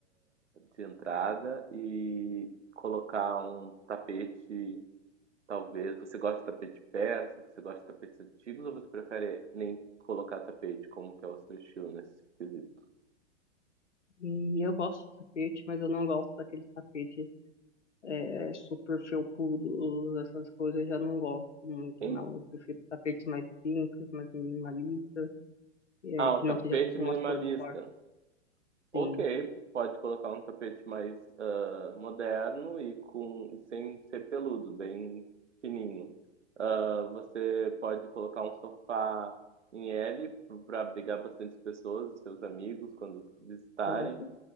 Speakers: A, on the right; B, on the left.
A: de entrada e colocar um tapete, talvez. Você gosta de tapete persa, você gosta de tapetes antigos ou você prefere nem colocar tapete? Como que é o seu estilo nesse quesito?
B: Hum, eu gosto de tapete, mas eu não gosto daqueles tapetes é, é, super felpudos, essas coisas. Eu já não gosto muito,
A: Em-
B: não. Eu prefiro tapetes mais simples, mais minimalistas, é,
A: Ah,
B: que
A: o tapete
B: não seja com
A: minimalista.
B: umas cores fortes.
A: Ok,
B: Sim,
A: pode colocar um tapete mais ah, moderno e com e sem ser peludo, bem fininho. Ah, você pode colocar um sofá em L para abrigar bastante pessoas, seus amigos, quando visitarem.
B: certo.